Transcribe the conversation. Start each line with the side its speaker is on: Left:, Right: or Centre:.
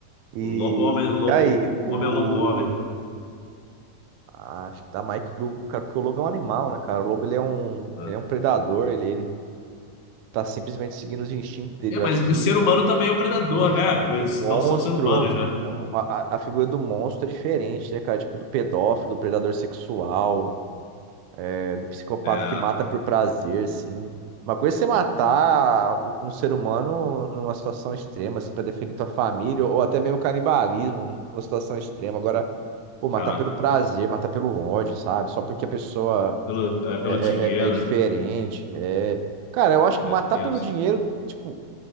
Right: E,
Left: O lobo, homem, lobo,
Right: e aí,
Left: o
Right: o.
Left: homem é o lobo do homem.
Right: Acho que tá Mike Lobo, do cara, porque o lobo é um animal, né, cara? O lobo ele é um,
Left: né?
Right: ele é um predador, ele, ele tá simplesmente seguindo os instintos dele.
Left: É,
Right: Eu
Left: mas
Right: acho que
Left: o ser humano também é um predador,
Right: o,
Left: né? Pois
Right: o monstro,
Left: não são seres humanos,
Right: o-
Left: né?
Right: o- a, a- a figura do monstro é diferente, né, cara? Tipo do pedófilo, do predador sexual, é, do psicopata
Left: É,
Right: que mata por prazer, assim. Uma coisa é você matar u- um ser humano numa situação extrema, assim, pra defender tua família, ou até mesmo canibalismo numa situação extrema. Agora, pô, matar
Left: caraca,
Right: pelo prazer, matar pelo ódio, sabe? Só porque a pessoa.
Left: pelo, é, pelo
Right: é,
Left: dinheiro,
Right: é, é diferente.
Left: né?
Right: É... Cara, eu acho que
Left: É
Right: matar
Left: tenso.
Right: pelo dinheiro, tipo,